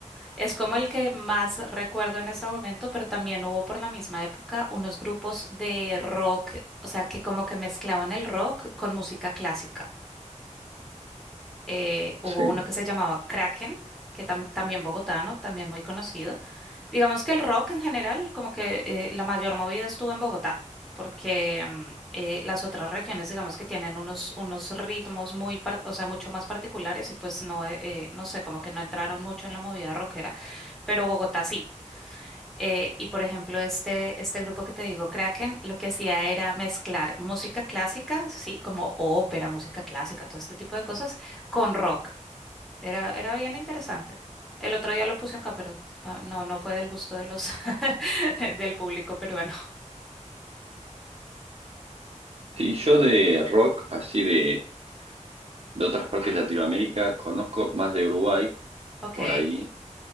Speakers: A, in the centre; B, on the right.
A: Es como el que más recuerdo en este momento, pero también hubo por la misma época unos grupos de rock, o sea, que como que mezclaban el rock con música clásica eh, hubo
B: sí.
A: uno que se llamaba Kraken, que tam- también bogotano, también muy conocido. Digamos que el rock en general, como que eh, la mayor movida estuvo en Bogotá, porque mm, eh, las otras regiones, digamos que tienen unos, unos ritmos muy, par- o sea, mucho más particulares y pues no, eh, eh, no sé, como que no entraron mucho en la movida rockera, pero Bogotá sí. Eh, y por ejemplo, este, este grupo que te digo, Kraken, lo que hacía era mezclar música clásica, sí, como ópera, música clásica, todo este tipo de cosas, con rock. Era, era bien interesante. El otro día lo puse acá, pero no, no, no fue del gusto de los <laughs> del público peruano.
B: Sí, yo de rock, así de, de otras partes de Latinoamérica, conozco más de Uruguay,
A: Ok.
B: por ahí.